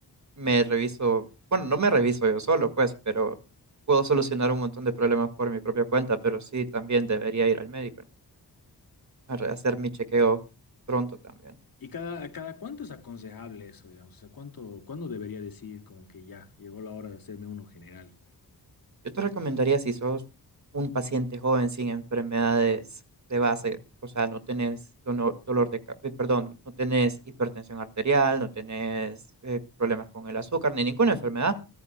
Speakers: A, on the right (about 45°); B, on the left (about 55°).
A: me reviso, bueno, no me reviso yo solo, pues, pero puedo solucionar un montón de problemas por mi propia cuenta, pero sí, también debería ir al médico, ¿no? A re- hacer mi chequeo pronto también.
B: ¿Y cada, cada cuánto es aconsejable eso, digamos? O sea, ¿cuánto, cuándo debería decir como que ya llegó la hora de hacerme uno general?
A: Yo te recomendaría si sos un paciente joven sin enfermedades de base, o sea, no tenés dono- dolor de, ca- eh, perdón, no tenés hipertensión arterial, no tenés eh, problemas con el azúcar ni ninguna enfermedad,